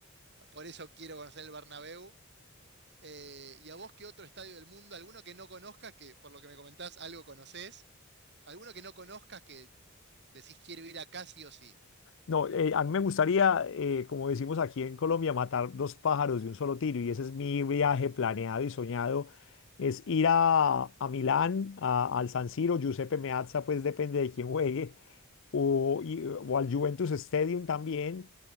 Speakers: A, on the right (about 55°); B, on the left (about 60°).
A: Por eso quiero conocer el Bernabéu. Eh, ¿y a vos qué otro estadio del mundo? ¿Alguno que no conozcas, que por lo que me comentás algo conocés? ¿Alguno que no conozcas que decís quiero ir acá sí o sí?
B: No, eh, a mí me gustaría, eh, como decimos aquí en Colombia, matar dos pájaros de un solo tiro y ese es mi viaje planeado y soñado, es ir a, a Milán, a- al San Siro, Giuseppe Meazza, pues depende de quién juegue, o, y- o al Juventus Stadium también,